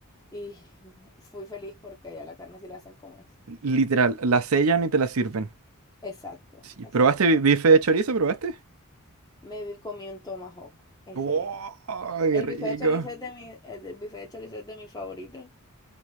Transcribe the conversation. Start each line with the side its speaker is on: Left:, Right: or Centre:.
Left: y fui feliz porque allá la carne sí la hacen como es.
Right: Literal, la sellan y te la sirven.
Left: Exacto,
Right: Sí,
Left: exactamente.
Right: ¿probaste bi- bife de chorizo? ¿Probaste?
Left: Me vi- comí un tomahawk ese
Right: ¡Wow!
Left: día.
Right: ¡Qué
Left: El
Right: rico!
Left: bife de chorizo es de mi, el el bife de chorizo es de mis favoritos,